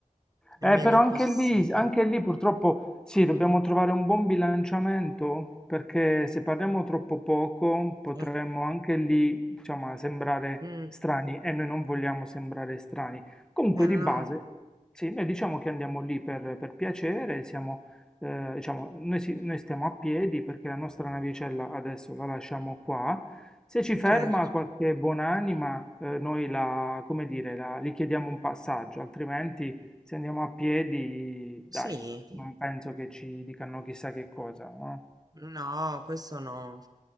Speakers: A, on the right; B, in the centre.
A: il
B: Eh,
A: meno
B: però anche
A: possibile.
B: lì, anche lì purtroppo sì, dobbiamo trovare un buon bilanciamento perché se parliamo troppo poco potremmo
A: Eh,
B: anche lì, insomma, sembrare
A: mm,
B: strani e noi non vogliamo sembrare strani. Comunque
A: eh
B: di
A: no,
B: base, sì, noi diciamo che andiamo lì per, per piacere, siamo, eh, diciamo, noi, si- noi stiamo a piedi perché la nostra navicella adesso la lasciamo qua. Se ci ferma
A: certo.
B: qualche buonanima, eh, noi la, come dire, la- gli chiediamo un passaggio, altrimenti... Se andiamo a piedi, dai,
A: Sì.
B: non penso che ci dicano chissà che cosa, no?
A: No, questo no,